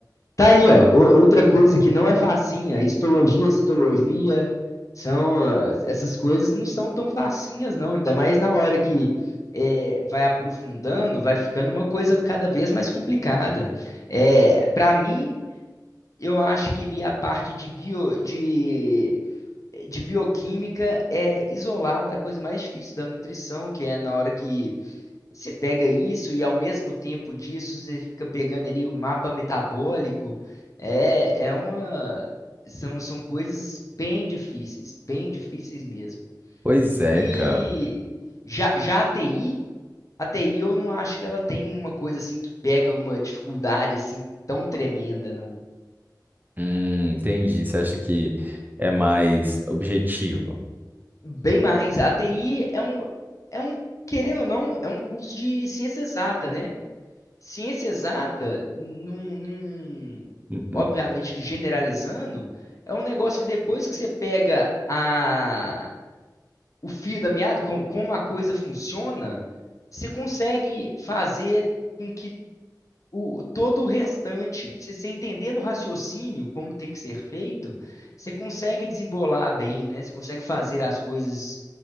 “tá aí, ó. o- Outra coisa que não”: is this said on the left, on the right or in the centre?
Left